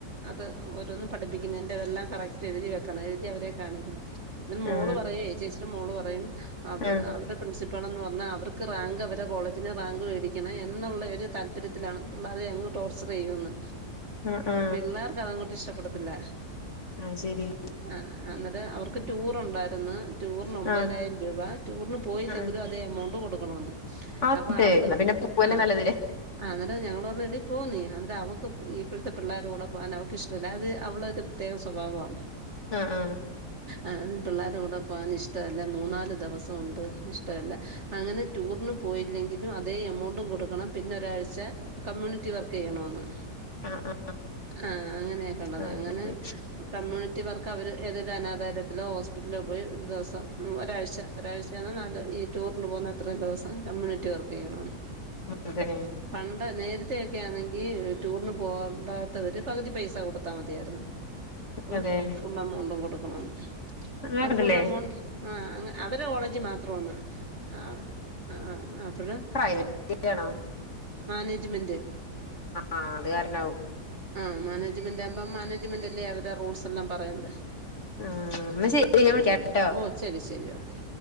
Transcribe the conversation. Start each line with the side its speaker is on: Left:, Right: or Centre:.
Right: അത് ഓരോന്നും പഠിപ്പിക്കുന്നെന്റെതെല്ലാം കറക്റ്റ് എഴ്തി വെക്കണം എഴ്തി അവരെ കാണിക്കണം. ന്നെ മോള്
Left: ആ
Right: പറയേ ചേച്ചിടെ മോള് പറയും അവ
Left: ആ
Right: അവര്‌ടെ പ്രിൻസിപ്പാളെന്ന് പർഞ്ഞാ അവർ ക്ക് റാങ്കവരെ കോളേജിന് റാങ്ക് വേടിക്കണം എന്നുള്ള ഒര് താൽപര്യത്തിലാണ് പിള്ളാരെ അങ്ങ് ട്ടോർച്ചറെയ്യുന്ന്.
Left: ആ ആ
Right: പിള്ളേർക്കതങ്ങോട്ടിഷ്ട്ടപ്പെടത്തില്ല.
Left: അയ് ശെരി.
Right: അഅആഹ് അന്നിട്ട് അവർക്ക് ടൂറൊണ്ടായര്ന്ന് ടൂർനൊ മ്പതിനായിരം
Left: ആ
Right: രൂപ ടൂറിന് പോയില്ലെങ്കിലും
Left: ആ
Right: അ തെമൗണ്ട് കൊട്ക്കണോന്ന്
Left: ആ,
Right: അപ്പവള്
Left: അതെ എന്നാ പിന്നെ പോവല്ലേ
Right: ആഹ്
Left: നല്ലതില്ലേ
Right: ആന്ന്ട്ട് ഞങ്ങള് പറഞ്ഞ് എടി പോ നീ അന്ന്ട്ട് അവക്ക് ഇപ്പഴത്തെ പിള്ളാര്ടെ കൂടെ പോകാനവക്കിഷ്ട്ടല്ല അത് അവളൊരു ത്യേക സൊഭാവാന്.
Left: ആ ആ
Right: ആഹ് പിള്ളേര്ടെ കൂടെ പോവാനിഷ്ടവല്ല മൂന്നാല് ദെവസൊണ്ട് ഇഷ്ടവല്ല അങ്ങനെ ടൂറിന് പോയില്ലെങ്കിലും അതേ എമൗണ്ടും കൊടുക്കണം പിന്നൊരാഴ്ച കമ്മ്യൂണിറ്റി വർക്കെയ്യണോന്ന്.
Left: ആ ആ
Right: ആഹ് അങ്ങനെയൊക്കെള്ളത
Left: ആ,
Right: അങ്ങനെ
Left: ശരി
Right: കമ്മ്യൂണിറ്റി വർ ഒക്കെ അവര് ഏതെലും അനാദാലയത്തിലോ ഹോസ്പിറ്റലോ പോയി ഒരു ദിവസം ഒരാഴ്ച ഒരാഴ്ചയാണ് നാല് ഈ ടൂർന് പോന്നത് അത്രയും ദിവസം കമ്മ്യൂണിറ്റി വർക്ക് ചെയ്യണോന്ന്
Left: അതെ
Right: പണ്ട് നേരത്തെക്കെ ആണെ ഈ ടൂറിന് പോകണ്ടാത്തവര് പകുതി പൈസ കൊടുത്താ മതിയാരുന്നു അപ്പം
Left: അതെ
Right: എമൗണ്ടും കൊടുക്കണംന്ന്
Left: അങ്ങനെ
Right: ആ
Left: കണ്ടില്ലേ
Right: ഫുൾ എമൗണ്ട് ആ അവരെ കോളേജ് മാത്രന്ന് ആഹ് ആ അപ്പഴ്
Left: പ്രൈവറ്റ് ആണോ
Right: മാനേജ്മെന്റ്
Left: ആ അത് കാരണാവും
Right: ആ മാനേജ്മെന്റ് ആവുമ്പം മാനേജ്മെന്റല്ലേ അവരെ റൂൾസ് എല്ലാം പറയ്ണത്
Left: ആഹ് എന്നാ ശരി ഞാൻ വിളിക്കാട്ടോ
Right: ഉം ഓഹ് ശരി ശരി ഓക്കെ